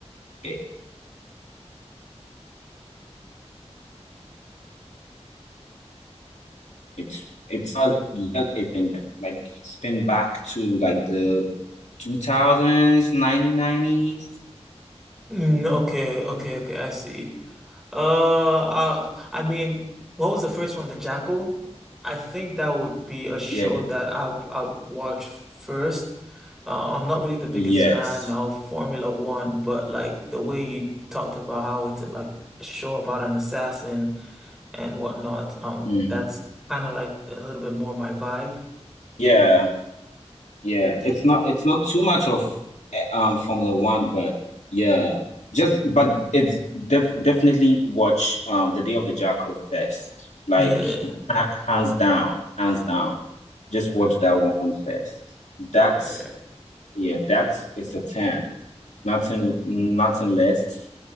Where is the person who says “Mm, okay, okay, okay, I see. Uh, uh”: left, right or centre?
Centre